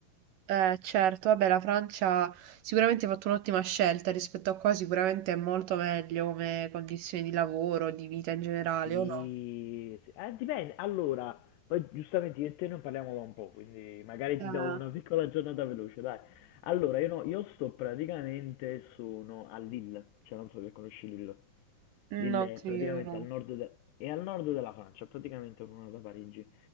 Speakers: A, on the right; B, on the left.
A: Eh, certo, vabbè, la Francia sicuramente ha fatto un'ottima scelta rispetto a qua, sicuramente è molto meglio come condizioni di lavoro, di vita in generale,
B: Sì,
A: o no?
B: sì. Eh, dipende. Allora, poi giustamente io e te non parliamo da un po', quindi magari
A: Eh,
B: ti do una piccola giornata veloce, dai. Allora, io, no, io sto praticamente, sono a Lille, cioè non so se conosci Lille. Lille
A: non credo,
B: è praticamente
A: no.
B: al nord, de- è al nord della Francia, praticamente a un'ora da Parigi.